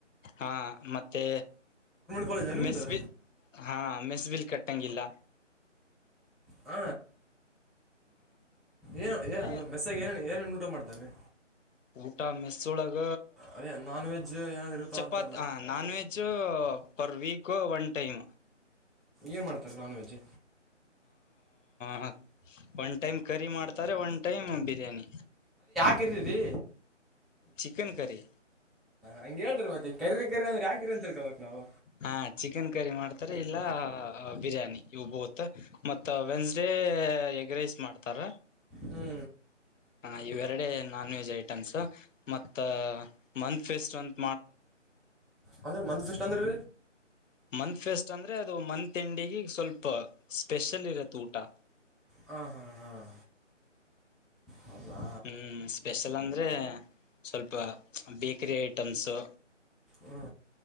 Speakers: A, on the left (about 80°); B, in the centre.
A: ಹಾ ಮತ್ತೆ
B: ಕಾಲೇಜಾ ನಿಮ್ಮದು
A: ಮೆಸ್ಬಲ್ ಹಾ ಮೆಸ್ಬಲ್ ಕೆಟ್ಟಂಗಿಲ್ಲ
B: ಹ ಏನು
A: ಅಂದ್ರೆ
B: ಏ ಅದು ಮೆಸ್ಸಾಗ ಏನಿ ಏನೇನು ಊಟ ಮಾಡ್ತಾರ್ರೀ
A: ಊಟ ಮೆಸುಳಗ
B: ಅದೇ ನಾನ್ ವೆಜ್ ಏನಾದ್ರು ಇರುತ್ತೋ
A: ಚಪಾತಿ
B: ಅಂತಲ್ಲ
A: non veg per week one time
B: ಏನ್ ಮಾಡ್ತಾರೆ ನಾನ್ ವೆಜ್ಜ್
A: ಹ ಒನ್್ ಟೈಮ್ ಕರಿ ಮಾಡ್ತಾರೆ ಒ ಟೈಮ ಬಿರಿಯಾನಿ
B: ಕ್ಕೀ ರಿ
A: ಚಿಕನ್ ಕಾರಿ
B: ಹಂಗಗೆ ಹೇಳ್ರರಿ ಮತ್ತ ಕರಿ ಕರಿ ಅ್ರ ಯಕಿ ಅಂತಳ್ಕೋಬೇಕ ನಾವು
A: ಹಾ ಚಿಕನ್ ಕರಿ ಮಾಡ್ತಾರೆ ಇಲ್ಲ ಬಿರಿಯಾನಿ ಇವು ಬೂತ್ ಮತ್ತ ವೆನ್ಸ್ಡೇ ಎಗ ರೈಸ್ ಮಾಡ್ತಾರ
B: ಹ್ಞೂ
A: ಹ ಇವೆರಡ ನಾನ್ ವೆಜ್ ಐಟಮ್ಸ್ ಮತ್ತ ಮಂತ್ ಫೆಸ್ಟ್ ಅ
B: ಅಂದ್ರ ಮಂದದ ಎಷ್ಟ ಅಂದ್ರೀ
A: ಮತ್ ಫೆಸ್ಟ್ ಅಂದ್ರೆ ಅದು ಮಂತ್ ತಿಂಡಿಗೆ ಸ್ವಲ್ಪ ಸ್ಪೆಷಲ್ ಇರತ್ತೆ ಊಟ <inaudible>
B: ಹಾಂ ಹಾಂ ಹಾಂ ಹೌದಾ
A: ಹ್ಮ್ ಸ್ಪೆಷಲ್ ಅಂದ್ರೆ ಸ್ವಲ್ಪ ಬೇಕರಿಿ ಐಟಮ್ಸು
B: ಹ್ಞೂ